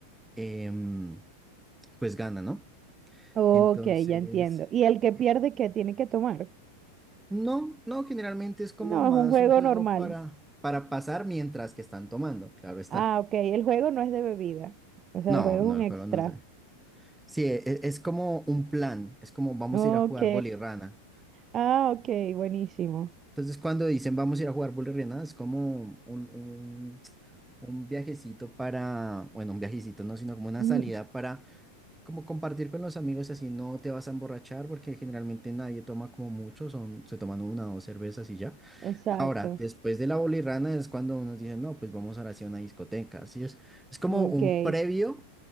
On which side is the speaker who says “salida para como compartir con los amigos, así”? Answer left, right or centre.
Centre